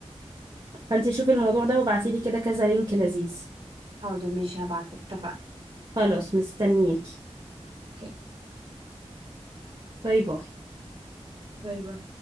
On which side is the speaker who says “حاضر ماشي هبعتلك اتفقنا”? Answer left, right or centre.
Right